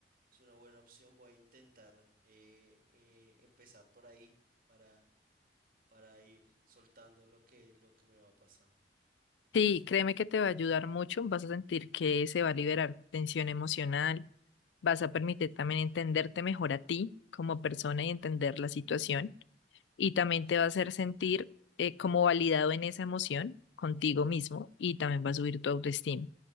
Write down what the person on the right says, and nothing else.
es una buena opción. Voy a intentar eh, eh, empezar por ahí para, para ir soltando lo que, lo que me va pasando.